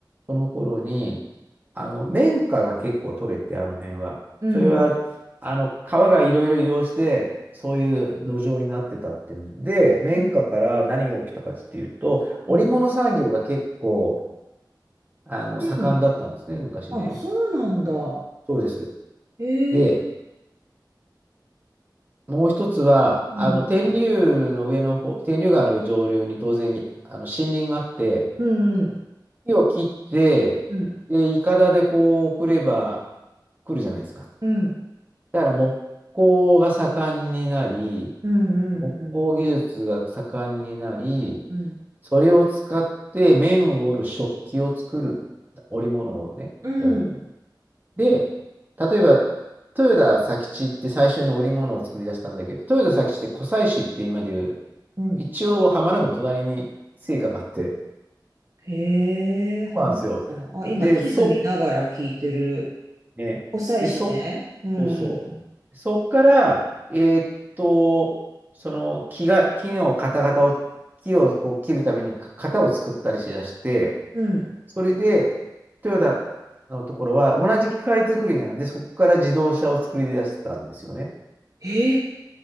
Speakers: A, on the right; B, on the right.
A: その頃に、あの、綿花が結構取れて、あの辺は。
B: うん、
A: それは、
B: うん、
A: あの、川がいろいろ移動して、そういう土壌になってたっていうんで、綿花から何が起きたかっていうと、
B: うん、
A: 織物産業が結構、
B: うん。
A: あの、
B: うん
A: 盛んだったんですね、昔ね。
B: あ、そうなんだ。
A: そうです。
B: へえ、
A: で、もう一つは、
B: うん、
A: あの、天竜の上の方、天竜川の上流に当然、あの、森林があって、
B: うん、うん、
A: 木を切って、
B: うん、
A: で、いかだでこう送れば来るじゃないですか。
B: うん、
A: だから木工が盛んになり、
B: うん、
A: 木工技術が盛んになり、
B: うん、うん、うん。
A: それを使って面を織る食器を作る織物をね、
B: うんうん
A: やる。で、例えば、豊田佐吉って最初に織物を作り出したんだけど、豊田佐吉って湖西市って今でいう、
B: うん
A: 一応浜名湖の隣に生家があって、
B: へえ、ハマったのかな。
A: そうなんですよ。
B: あ、今、
A: で、
B: 地図見ながら聞いてる。
A: そ、ね、
B: 湖西市ね。
A: で、そ
B: うん。
A: そうそう。そっから、えーっと、その木が、木の型型を、木をこう切るためにか型を作ったりしだして、
B: うん。
A: それで、トヨタのところは同じ機械作りなので、そこから自動車を作り出してたんですよね。
B: え、